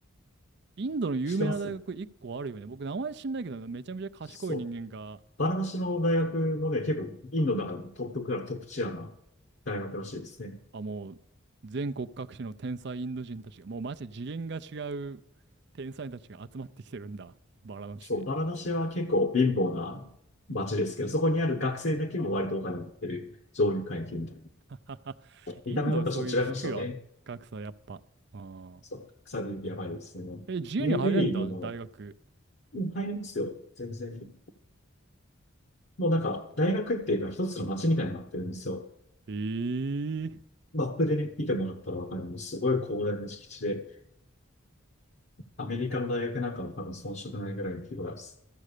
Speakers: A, on the right (about 50°); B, on the left (about 55°).
A: インドの有名な大学1個あるよね。
B: 知ってます
A: 僕、名前知んないけど、めちゃめちゃ賢い人間が、
B: そう。バラナシの大学もね、結構インドの中でもトップクラス、トップチアな大学らしいですね。
A: あ、もう、全国各地の天才インド人たちが、もうマジで次元が違う天才たちが集まってきてるんだ。バラの地。
B: そう、バラナシは結構貧乏な街ですけど、そこにある学生だけも割とお金を持ってる上流階級みたいな。
A: <laughs>
B: 見た目もやっぱちょっと違いましたね。
A: インド、そういう聞くわ。格差、やっぱ。うん
B: そう、草ビューティーやばいですね。
A: え、自由に入れんだ、
B: ニューデリーにも、
A: 大学。
B: うん入りますよ、全然。もうなんか、
A: な
B: 大学っていうか一つの街みたいになってるんですよ。
A: ええ
B: マップでね、見てもらったらわかるもうすごい広大な敷地で、アメリカの大学なんかは多分遜色ないぐらいの規模です。